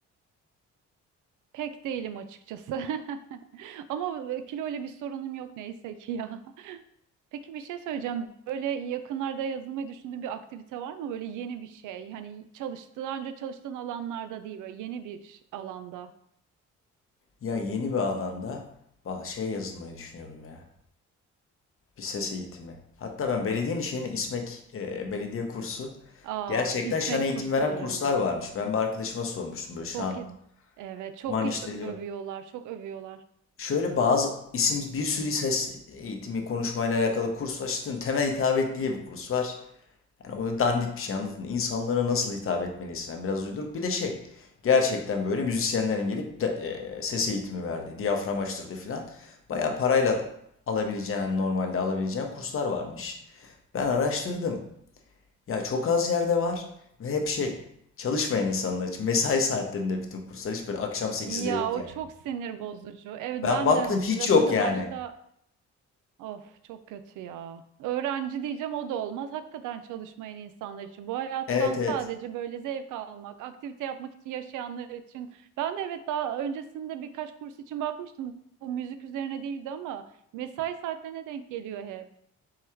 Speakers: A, on the right; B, on the left.
A: Pek değilim açıkçası. <laughs> Ama kilo ile bir sorunum yok neyse ki ya. Peki bir şey söyleyeceğim. Böyle yakınlarda yazılmayı düşündüğün bir aktivite var mı? Böyle yeni bir şey. Hani çalıştığı, daha önce çalıştığın alanlarda değil, böyle yeni bir alanda.
B: Ya yeni bir alanda şey yazılmayı düşünüyordum ya. Bir ses eğitimi. Hatta ben belediyenin şeyine İSMEK e, belediye kursu
A: Aa,
B: gerçekten
A: İSMEK
B: şan eğitim
A: kursları.
B: veren kurslar varmış. Ben bir arkadaşıma sormuştum böyle
A: Çok
B: şan,
A: iyi. Evet, çok
B: man
A: iyi
B: işte
A: övüyorlar, çok övüyorlar.
B: Şöyle bazı isim bir sürü ses eğitimi konuşmayla alakalı kurs var. İşte temel hitabet diye bir kurs var. Yani o dandik bir şey anladın. mı? İnsanlara nasıl hitap etmelisin? Yani biraz uyduruk. Bir de şey gerçekten böyle müzisyenlerin gelip de- e, ses eğitimi verdiği, diyafram açtırdığı falan. Bayağı parayla alabileceğin, hani normalde alabileceğin kurslar varmış. Ben araştırdım. Ya çok az yerde var ve hep şey çalışmayan insanlar için. Mesai saatlerinde bütün kurslar hiç böyle akşam sekizde
A: Ya
B: yok
A: o
B: yani.
A: çok sinir bozucu. Evet
B: Ben
A: ben
B: baktım
A: de hatırladım
B: hiç yok
A: da
B: yani.
A: başka Of çok kötü ya. Öğrenci diyeceğim o da olmaz. Hakikaten çalışmayan insanlar için. Bu hayattan
B: Evet evet.
A: sadece böyle zevk almak, aktivite yapmak için yaşayanlar için. Ben de evet daha öncesinde birkaç kurs için bakmıştım. Bu müzik üzerine değildi ama mesai saatlerine denk geliyor hep.